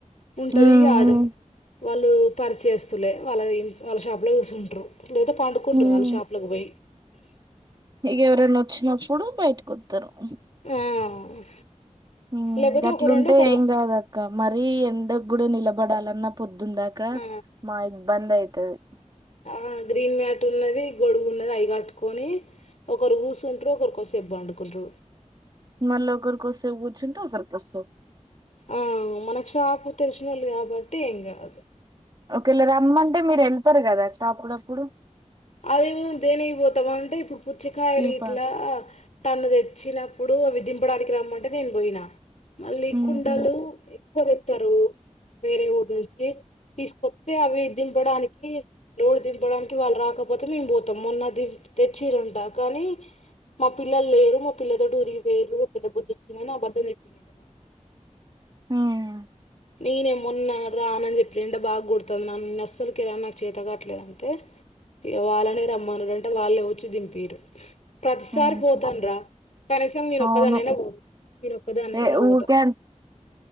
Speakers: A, on the left (about 65°); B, on the right (about 35°).
A: ఉంటది
B: ఉమ్,
A: ఆడ వాళ్ళు పరిచేస్ లే వాళ్ళని వాళ్ళ షాప్ లో చూసుంటరు లేదా పండుకుంటారు
B: ఉమ్.
A: వాళ్ళ షాపుకి పోయి
B: ఇక ఎవరైనా వచ్చినప్పుడు బయటకు వ తరుఉ
A: ఆ
B: ఉమ్
A: లేకపోతే
B: గట్లుంటే
A: ఒక రెండు ఒకరు
B: ఏం కాదక్క మరీ ఎండ గూడా నిలబడాలన్న పొద్ దుందాకా
A: ఆ
B: మాయ్ బంద్ అయితది
A: ఆ గ్రీన్ మ్యాట్ ఉన్నది గొడుగు ఉన్నది అవి గట్టుకొని ఒకరు గూసుంట్రు ఒకరి కోసేప్పు పడుకుంట్రు
B: మల్లీ ఒకరు కోసేపు కూర్చుంటే ఒకరు కో సేపు
A: ఆ మనకు షాపు తెలిసిన వాళ్ళు కాబట్టి ఏం కాదు
B: ఒకేళ రమ్మంటే మీరు యెళ్తరు కదా అప్పుడప్పుడు
A: అదే మేమ్ దేనికి పోతమంటే ఇప్పుడు పుచ్చకాయలిట్లా
B: టీ పా
A: తన్నది వచ్చినప్పుడు అవి దింపడానికి రమ్మంటే నేను బోయినా మళ్ళీ
B: ఉహు
A: కుండలు ఎ కువ తెత్తారు వేరే ఊర్నుంచి తీసుకొస్తే అవి దింపడానికి లోడ్ దింపడానికి వాళ్ళు రాక మొత్తం మేమ్ బోతాం మొన్నది తెచ్చిరుంట కానీ మా పిల్లల్లేరు మా పిల్లతోటి ఊరిగి పేరు పెద్ద బుద్దొచ్చిందని అబద్ధం చెప్పినంట
B: ఉమ్,
A: నేనే మొన్నా రానని చెప్పింద బాగుడట్ల నన్నస్సలకి రానాకు చేత కావట్లేదంటే ఈ వాళ్ళనే రమ్మను అంటే వాళ్ళే వచ్చి దింపీరు ప్రతిసారి
B: ఉహు
A: పోతాన్రా కనీసం నేనొక్కదాన్నైనా
B: అవును
A: పో నేనొక్కదాన్నైనా
B: ఏ
A: పోతా
B: ఊకే